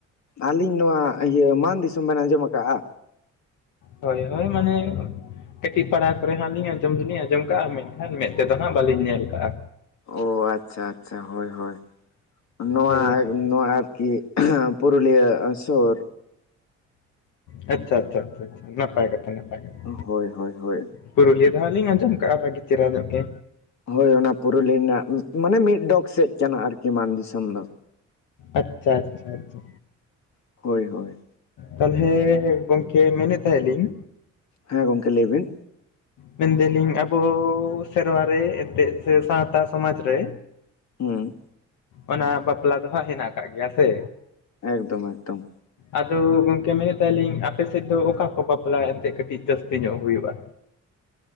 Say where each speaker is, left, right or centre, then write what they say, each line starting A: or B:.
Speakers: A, on the left (about 65°); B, on the left (about 80°).
A: ᱟᱹᱞᱤᱧ ᱱᱚᱣᱟ ᱤᱭᱟᱹ ᱢᱟᱱ ᱫᱤᱥᱚᱢ ᱵᱮᱱ ᱟᱸᱡᱚᱢ ᱟᱠᱟᱫᱼᱟ
B: ᱦᱳᱭ ᱦᱳᱭ ᱢᱟᱱᱮᱼᱼ ᱠᱟᱹᱴᱤᱡ ᱯᱟᱲᱟ ᱠᱚᱨᱮ ᱦᱟᱜ ᱟᱹᱞᱤᱧ ᱟᱸᱡᱚᱢ ᱫᱚᱞᱤᱧ ᱟᱸᱡᱚᱢ ᱠᱟᱜᱼᱟ ᱢᱮᱱ ᱠᱷᱟᱱ ᱢᱮᱫ ᱛᱮᱫᱚ ᱦᱟᱸᱜ ᱵᱟᱹᱞᱤᱧ ᱧᱮᱞ ᱠᱟᱜᱼᱟ
A: ᱚ ᱟᱪᱪᱷᱟ ᱟᱪᱪᱷᱟ ᱦᱳᱭ ᱦᱳᱭ ᱱᱚᱣᱟ
B: ᱦᱮᱸ
A: ᱱᱚᱣᱟ ᱟᱨᱠᱤᱼᱼ ᱦᱮᱸ ᱯᱩᱨᱩᱞᱤᱭᱟᱹ ᱥᱩᱨ
B: ᱟᱪᱪᱷᱟ ᱟᱪᱪᱷᱟ ᱟᱪᱪᱷᱟ ᱟᱪᱪᱷᱟ ᱱᱟᱯᱟᱭ ᱠᱟᱛᱷᱟ ᱱᱟᱯᱟᱭ ᱠᱟᱛᱷᱟ
A: ᱦᱳᱭ ᱦᱳᱭ ᱦᱳᱭ
B: ᱯᱩᱨᱩᱞᱤᱭᱟᱹ ᱡᱟᱦᱟᱸ ᱞᱤᱧ ᱟᱸᱡᱚᱢ ᱠᱟᱜᱼᱟ ᱵᱷᱟᱹᱜᱤ ᱪᱮᱦᱨᱟ ᱧᱚᱜ ᱜᱮ
A: ᱦᱳᱭ ᱚᱱᱟ ᱯᱩᱨᱩᱞᱤᱭᱟᱹ ᱨᱮᱱᱟᱜ ᱢᱟᱱᱮ ᱢᱤᱫ ᱰᱚᱜᱽ ᱥᱮᱡ ᱠᱟᱱᱟ ᱟᱨᱠᱤ ᱢᱟᱱ ᱫᱤᱥᱚᱢ ᱫᱚ
B: ᱟᱪᱪᱷᱟ ᱟᱪᱪᱷᱟ ᱟᱪᱪᱷᱟ
A: ᱦᱳᱭ ᱦᱳᱭ
B: ᱛᱟᱦᱚᱞᱮ ᱜᱚᱝᱠᱮ ᱢᱮᱱᱮᱫ ᱛᱟᱦᱮ ᱞᱤᱧ
A: ᱦᱮᱸ ᱜᱚᱝᱠᱮ ᱞᱟᱹᱭ ᱵᱤᱱ
B: ᱢᱮᱱ ᱫᱟᱞᱤᱧ ᱟᱵᱚ ᱥᱮᱨᱣᱟ ᱨᱮ ᱮᱱᱛᱮᱫ ᱥᱮ ᱥᱟᱶᱛᱟ ᱥᱚᱢᱟᱡᱽ ᱨᱮᱼᱼ
A: ᱦᱮᱸ
B: ᱚᱱᱟ ᱵᱟᱯᱞᱟ ᱫᱚ ᱦᱟᱸᱜ ᱦᱮᱱᱟᱜ ᱠᱟᱜ ᱜᱮᱭᱟ ᱥᱮᱼᱼ
A: ᱮᱠᱫᱚᱢ ᱮᱠᱫᱚᱢ
B: ᱟᱫᱚ ᱜᱚᱝᱠᱮ ᱢᱮᱱᱮᱫ ᱛᱟᱦᱮᱞᱤᱧ ᱟᱯᱮ ᱥᱮᱫ ᱫᱚ ᱚᱠᱟ ᱠᱚ ᱵᱟᱯᱞᱟ ᱮᱱᱛᱮ ᱠᱟᱹᱴᱤᱡ ᱡᱟᱹᱥᱛᱤ ᱧᱚᱜ ᱦᱩᱭᱩᱜᱼᱟ